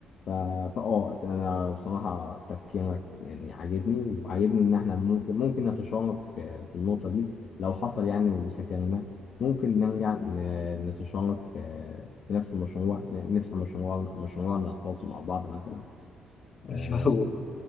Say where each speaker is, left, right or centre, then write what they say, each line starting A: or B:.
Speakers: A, on the left; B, on the left.
A: ف- فاه انا بصراحة تفكيرك يعني عاجبني وعاجبني ان احنا ممكن ممكن نتشارك في في النقطة دي لو حصل يعني وسافرنا ممكن نرجع ن- نتشارك في في نفس المشروع ن- نفتح مشروع مشروعنا الخاص مع بعض مثلا
B: <laughs>
A: آه
B: إن شاء الله